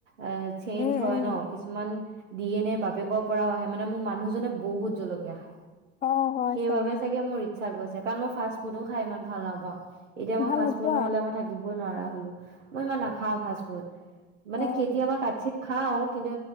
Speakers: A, on the right (about 85°); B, on the left (about 25°).
A: অ এ, চেঞ্জ
B: উম
A: হয়
B: উম
A: ন কিছুমান। দি নে এ বাপেকৰ পৰাও আহে মানে মোৰ মানুহ। জনে বহুত জলকীয়া খায়।
B: অ হয়
A: সেইবাবে চাগে
B: অ
A: মোৰ ইচ্ছা গৈছে। কাৰণ মই ফাষ্ট ফুডো খাই ইমান ভাল নাপাওঁ। এতিয়া মই
B: ভাল
A: ফাষ্টফুড
B: নোপোৱা
A: নহলে মই থাকিব। মই নোৱাৰা হলো মই ইমান নাখাওঁ ফাষ্ট ফুড। মানে
B: অ
A: কেতিয়াবা কাটছিত। খাওঁ কিন্তু